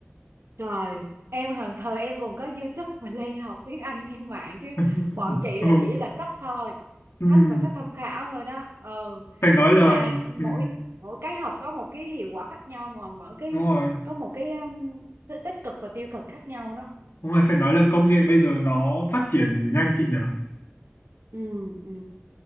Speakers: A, on the right; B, on the left.
A: Trời, em hồi thời em còn có YouTube mà lên học tiếng Anh trên mạng chứ
B: <laughs>
A: bọn chị là
B: ừ.
A: chỉ là sách thôi,
B: Ừ,
A: sách và sách tham khảo thôi đó. Ừ,
B: phải nói
A: nhưng
B: là
A: mà
B: ừ,
A: mỗi mỗi cái học có một cái hiệu quả khác nhau mà mỗi cái
B: đúng rồi
A: có một cái um, cái tích cực và tiêu cực khác nhau đó.
B: đúng rồi phải nói là công nghệ bây giờ nó phát triển nhanh chị nhỉ
A: ừ ừ